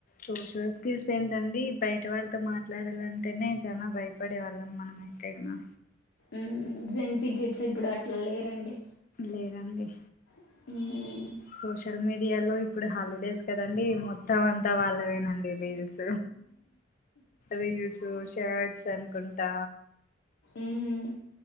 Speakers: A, on the left (about 45°); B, on the left (about 70°).
A: సోషల్ స్కిల్స్ ఏంటండి బయట వాళ్ళతో మాట్లాడాలంటేనే చాలా భయపడే వాళ్ళం మనం అయితేగునా
B: ఉమ్ జెన్ సి కిడ్స్ ఇప్పుడు అట్లా లేరండి
A: లేదండి
B: ఉమ్
A: సోషల్ మీడియాలో ఇప్ ఇప్పుడు హాలిడేస్ కదండి మొత్తం అంత అంత వాళ్ళవేనండి రీల్స్ రీల్స్ షర్ట్స్ అనుకుంన్ట్ త
B: ఉమ్